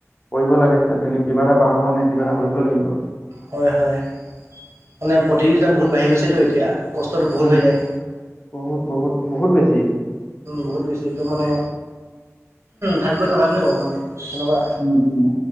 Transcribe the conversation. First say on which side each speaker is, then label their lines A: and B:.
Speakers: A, on the left (about 35°); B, on the right (about 60°).
A: কৰিব লাগে আজিকালি কিবা এটা পাব কাৰণে কিবা এটা কৰিবই লাগিব।
B: হয় হয় মানে প্ৰতিযোগিতা বহুত বাঢ়ি গৈছেতো। এতিয়া কষ্টটো বহুত
A: উম,
B: হৈ যায়
A: বহুত বহুত বহুত বেছি
B: বহুত বেছি। টো মানে ভাগ্য থকা যেনে বাৰু মানে সেনেকুৱা
A: উম উম